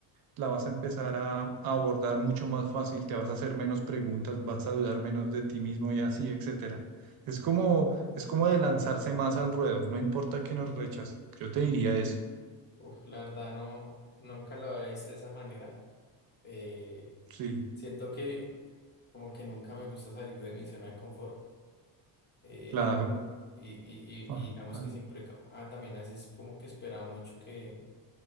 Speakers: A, on the right (about 50°); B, on the left (about 20°).
A: la vas a empezar a, a abordar mucho más fácil, te vas a hacer menos preguntas, vas a dudar menos de ti mismo y así, etcétera. Es como, es como de lanzarse más al ruedo, no importa que nos rechacen. Yo te diría eso,
B: Uf, la verdad no, nunca lo había visto de esa manera. Eh,
A: sí,
B: siento que como que nunca me gusta salir de mi zona de confort. eh,
A: claro.
B: y, y,
A: Ah,
B: y- y digamos
A: ah.
B: que siempre como- ah, también haces como que esperaba mucho que